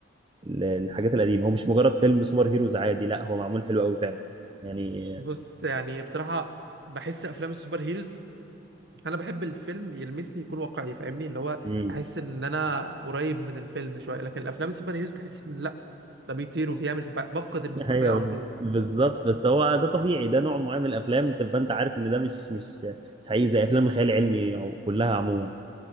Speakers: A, on the right (about 25°); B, on the right (about 60°).
A: ال- الحاجات القديمه هو مش مجرد فيلم سوبر هيروز عادي لا هو معمول حلو قوي فعلا يعني
B: بص يعني بصراحه بحس افلام السوبر هيروز انا بحب الفيلم يلمسني يكون واقعي فاهمني اللي هو
A: مم.
B: احس ان انا قريب من الفيلم شويه لكن الافلام السوبر هيروز بحس ان لا ده بيطير وبيعمل فبفقد المصداقيه
A: ايوه
B: على طول
A: بالظبط بس هو ده طبيعي ده نوع معين من الافلام تبقى انت عارف ان ده مش مش مش حقيقي زي افلام الخيال العلمي عم- كلها عموما